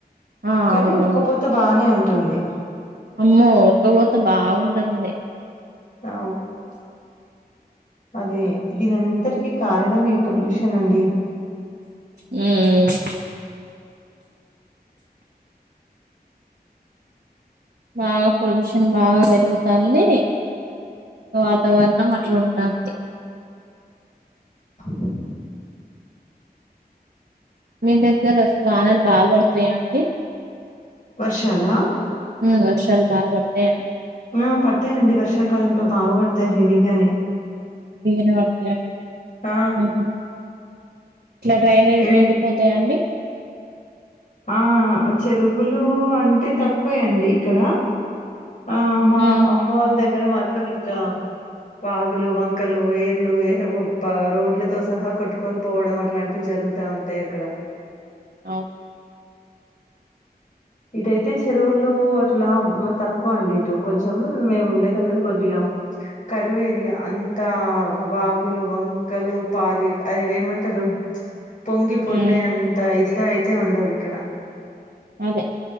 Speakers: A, on the right; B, on the left.
A: ఆ
B: కానీ
A: అవునవును
B: ఒక్కపోత బానే ఉంటుంది
A: అమ్మో ఉడకపోత బాగుంటంది
B: ఆ! అదే దీనింతటికీ కారణం ఈ పొల్యూషన్ తినండి
A: హ్మ్. బాగా పొల్యూషన్ బాగా పెరుగుతాంది వాతావరణం అట్లాంటాంది
B: అ
A: మీ దగ్గర వర్షాలు బాగ పడుతాయండి
B: వర్షాల
A: ఆ వర్షాలు బాగ పడుతాయ
B: ఆ పడతాయిండి వర్షాకాలంలో బాగపడతాయి హెవీగానే
A: పడతాయ
B: ఆ!
A: <unintelligible> ఇట్లా డ్రైనేజ్
B: ఇవి
A: లునిండిపోతాయాండి
B: ఆ చెరువులు అంటే తక్కువే అండి ఇక్కడ అవున
A: ఉమ్,
B: అమ్మ వాళ్ళ దగ్గర మాత్రం ఇంకా వాగులు వంకలు ఏర్లు ఏహ్ రోడ్లతో సహా కొట్టుకొని పోవడం అట్లాంటివి జరు జరుగుతా ఉంటాయి అక్కడ
A: అవున
B: ఇటుయితే చెరువులు అట్లా తక్కువ అండి ఇటు కొంచెం మేము ఉండే దగ్గర కొద్దిగా కరువు ఏరియా అంతా వాగులు వంకలు పారే అది ఏమంటారు పొంగి పొర్లే
A: ఉమ్,
B: అంతా ఇదిగా అయితే ఉండవు ఇక్కడ
A: అదే